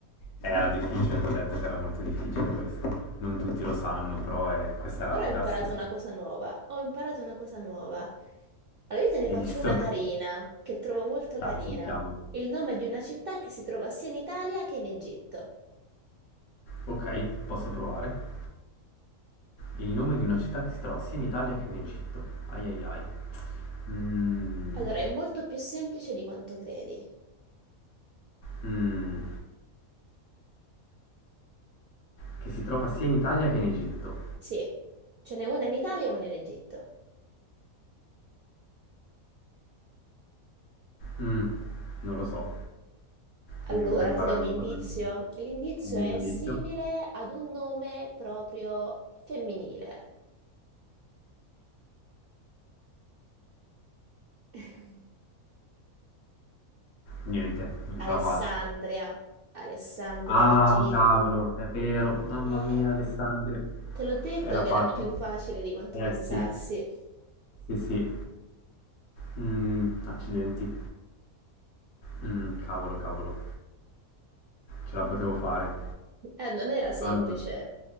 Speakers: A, on the left; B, on the right.
A: Era difficile, ti ho detto che era molto difficile
B: Mm.
A: questa. Non tutti lo sanno, però è- questa era
B: Però
A: abbastanza...
B: ho imparato una cosa nuova, ho imparato una cosa nuova. Allora io te ne
A: Hai
B: faccio
A: visto?
B: una carina, che trovo molto carina.
A: Dai, sentiamo.
B: Il nome di una città che si trova sia in Italia che in Egitto.
A: Ok, posso provare. Il nome di una città che si trova sia in Italia che in Egitto. Ai ai ai. Mm,
B: Allora, è molto più semplice di quanto credi.
A: mm, che si trova sia in Italia che in Egitto.
B: Sì, ce n'è una in Italia e una in Egitto.
A: Mm, non lo so,
B: Allora,
A: mi fa imparare
B: ti do un
A: una
B: indizio.
A: cosa nuova.
B: L'indizio
A: Dammi
B: è
A: un indizio.
B: simile ad un nome proprio femminile. <laughs>
A: Niente, non
B: Alessandria,
A: ce la faccio.
B: Alessandria
A: Ah,
B: d'Egitto.
A: cavolo, è vero. Mamma
B: Eh,
A: mia, Alessandria.
B: te l'ho detto
A: Era
B: che
A: facile.
B: era più facile di quanto
A: Eh
B: pensassi.
A: sì, sì, sì. Mm, accidenti. Mm, cavolo, cavolo. Ce la potevo fare.
B: Eh, non era
A: Allora,
B: semplice,